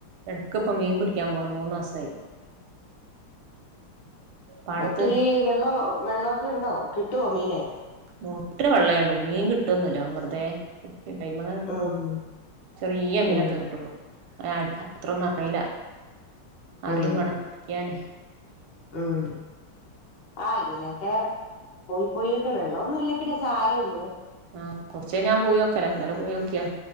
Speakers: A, on the right; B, on the left.
A: ഇടക്കപ്പ മീൻ പിടിക്കാൻ പോണം മൂന്ന മാസമായി പാടത്ത്
B: ഒത്തിരി വെള്ളം വെള്ളമൊക്കെ ഉണ്ടോ കിട്ടുവോ മീനെ
A: ള്ളട്ടന് വള്ളേള്ളൂ മീൻ കിട്ടുവൊന്നുമല്ല വെുതെൈമങ്ങ
B: ഉം
A: ചെറിയ മീനൊക്കെ
B: ഉം
A: കിട്ടുള്ളു അത്ര നല്ല അറിയും
B: ഉം
A: വേണം പിടിക്കാന്
B: ഉം ആഹ ഇങ്ങനെയൊക്കെ പോയി പോയി ഒക്കെ വെള്ള ഒന്നുമ ഇല്ല പിന്നെ സാര ഇല്ലേ
A: ആഹ് കുറച്ച ഞാൻ പോയിഒക്കല എന്നാലും പോയിക്കിയാ